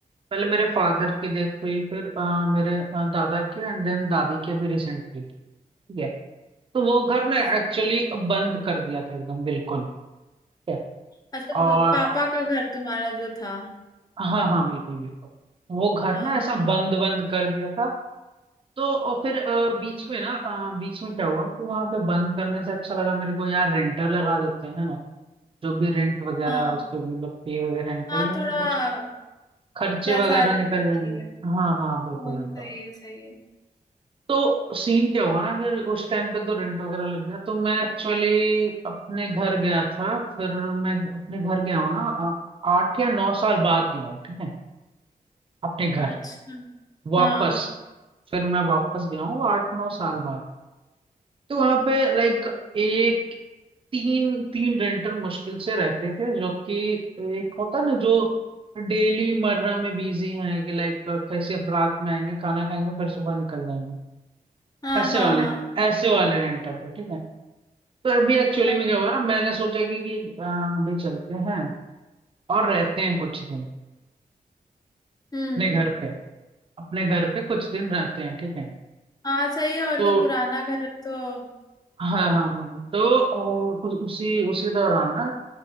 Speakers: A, on the right; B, on the left.
A: पहले मेरे फादर की डेथ हुई फिर अ, मेरे अ, दादा की एंड देन दादी की अभी रिसेंटली ठीक है तो वो घर ना
B: अच्छा।
A: एक्चुअली बंद कर दिया था एकदम बिल्कुल ठीक है
B: अच्छा
A: और
B: तो पापा का घर तुम्हारा जो था
A: हाँ हाँ बिल्कुल बिल्कुल वो घर
B: हाँ
A: ना ऐसा
B: हाँ
A: बंद बंद कर दिया था तो और फिर अ, बीच में ना अ, बीच में क्या हुआ कि वहां पे बंद करने से अच्छा लगा मेरे को यार रेंटर लगा देते हैं है ना जो भी रेंट वगैरह
B: हाँ
A: उसके मतलब पे वगैरह निकल
B: हाँ
A: जाएंगे
B: थोड़ा
A: कुछ खर्चे
B: वैसा
A: वगैरह
B: आ जाएगा
A: निकल
B: सही
A: जाएंगे
B: है
A: हाँ हाँ
B: तो
A: बिल्कुल बिल्कुल
B: सही है सही है
A: तो सीन क्या हुआ ना अगर उस टाइम पे तो रेंट वगैरह लग गया तो मैं एक्चुअली अपने घर गया था फिर मैं अपने घर गया हूँ ना आ- आठ या नौ साल बाद गया हूँ ठीक है अपने घर
B: अच्छा
A: वापस
B: हाँ
A: फिर मैं वापस गया हूँ आठ नौ साल बाद तो वहां पे लाइक एक तीन तीन रेंटर मुश्किल से रहते थे जो कि एक होता ना जो डेली मर्रा में बिजी हैं कि लाइक कैसे रात में आएंगे खाना खाएंगे फिर सुबह निकल जाएंगे
B: हाँ
A: ऐसे
B: हाँ
A: वाले
B: हाँ हाँ
A: ऐसे वाले रेंटर थे ठीक है तो अभी एक्चुअली
B: अ-
A: में क्या हुआ ना मैंने सोचा कि कि अ, अभी चलते हैं और रहते हैं कुछ दिन
B: हम्म
A: अपने घर पे अपने घर पे कुछ दिन रहते हैं ठीक है
B: हाँ सही है और
A: तो
B: क्या पुराना घर है तो
A: हाँ हाँ हाँ तो और उ- उसी उसी दौरान ना